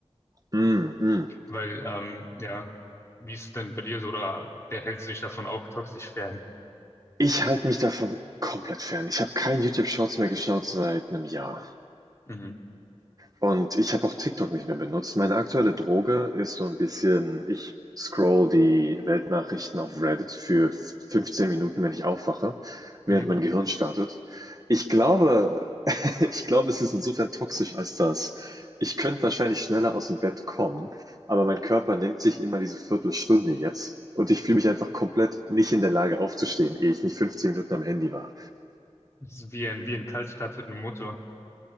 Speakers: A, on the right (about 35°); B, on the left (about 25°).
A: Mhm, mhm.
B: Weil, ähm, ja, wie ist es denn bei dir so, oder wer hältst du dich davon auch toxisch fern?
A: Ich halte mich davon komplett fern. Ich habe kein YouTube Shorts mehr geschaut seit 'nem Jahr.
B: Mhm.
A: Und ich habe auch TikTok nicht mehr benutzt. Meine aktuelle Droge ist so ein bisschen, ich scroll die Weltnachrichten auf Reddit für 15 Minuten, wenn ich aufwache, während
B: Mhm.
A: mein Gehirn startet. Ich glaube, <laughs> ich glaube, es ist insofern toxisch als das. Ich könnte wahrscheinlich schneller aus dem Bett kommen, aber mein Körper nimmt sich immer diese Viertelstunde jetzt und ich fühle mich einfach komplett nicht in der Lage aufzustehen, ehe ich nicht 15 Minuten am Handy war.
B: Das ist wie ein, wie ein Kaltstart mit einem Motor.